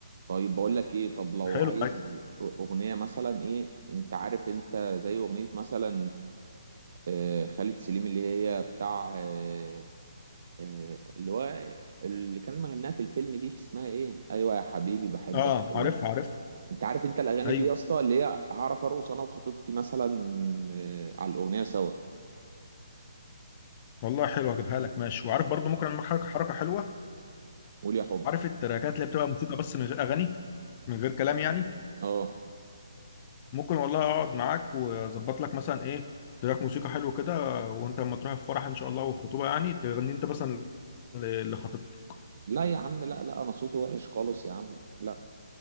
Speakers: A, on the right (about 50°); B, on the left (about 35°).
A: طيب بقول لك ايه طب لو
B: حلو
A: عايز
B: طيب.
A: اغنيه مثلا ايه انت عارف انت زي اغنيه مثلا آه، خالد سليم اللي هي بتاع آه، آه، اللي هو اللي كان مغناها في الفيلم دي اسمها ايه ايوه يا حبيبي بحبك
B: اه
A: قوي
B: عارفها عارفها
A: انت عارف انت الاغاني
B: ايوه
A: دي يا اسطى اللي هي اعرف ارقص انا وخطيبتي مثلا آه، على الاغنيه سوا
B: والله حلو هجيبها لك ماشي وعارف برضو ممكن اعمل حركه حركه حلوه
A: قول يا حب
B: عارف التراكات اللي بتبقى موسيقى بس من غير اغاني من غير كلام يعني
A: اه
B: ممكن والله اقعد معاك واظبط لك مثلا ايه تراك موسيقى حلو كده وانت لما تروح الفرح ان شاء الله والخطوبه يعني تغني انت مثلا لخطيبتك
A: لا يا عم لا لا انا صوتي وحش خالص يا عم لا